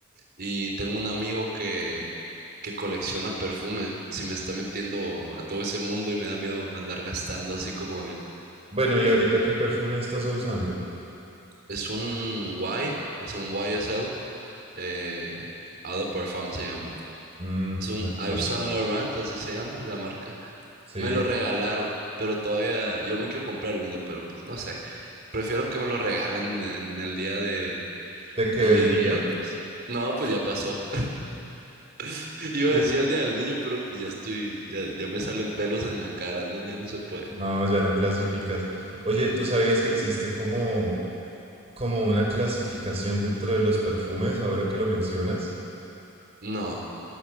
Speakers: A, on the right; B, on the right.
A: Y tengo un amigo que, que colecciona perfumes y me está metiendo a todo ese mundo y me da miedo andar gastando así como él.
B: Bueno, ¿y ahorita qué perfume estás usando?
A: Es un Y, o sea, un YSL, eh, Eau de Parfum se llama.
B: Mm,
A: Es un
B: no te
A: Yves
B: conozco.
A: Saint Laurent, así se llama la marca.
B: Sí,
A: Me lo regalaron, pero todavía yo me quiero comprar uno, pero pues no sé. Prefiero que me lo regalen en el día de,
B: ¿de qué?
A: en
B: ¿Del
A: mi día,
B: niño?
A: pues. No, pues ya pasó. <laughs> Iba
B: Sí.
A: a decir el día del niño, pero pues ya estoy, ya, ya me salen pelos en la cara, ¿no? Ya no se puede.
B: No, ya no clasificas. Oye, ¿tú sabías que existe como como una clasificación dentro de los perfumes, ahora que lo mencionas.
A: No.